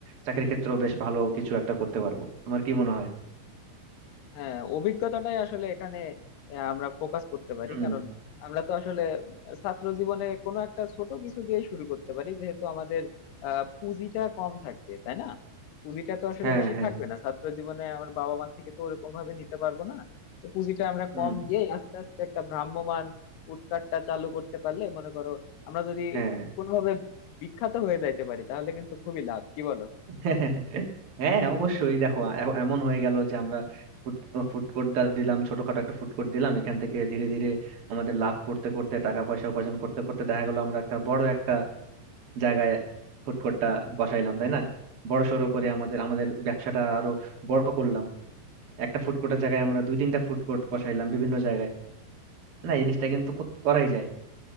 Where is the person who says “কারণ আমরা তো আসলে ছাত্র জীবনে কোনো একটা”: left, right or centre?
Left